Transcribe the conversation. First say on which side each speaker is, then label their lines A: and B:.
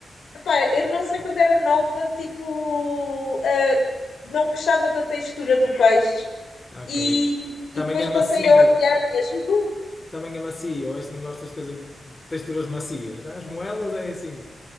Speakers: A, on the left (about 85°); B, on the left (about 25°).
A: Epá, eu não sei quando era nova, tipo, eh, não gostava da textura do peixe.
B: Ok.
A: E,
B: Também
A: e depois
B: é macio.
A: passei a odiar mesmo. <laughs>
B: Também é macio. Acho que não gostas de coisas. texturas macias. As moelas é assim.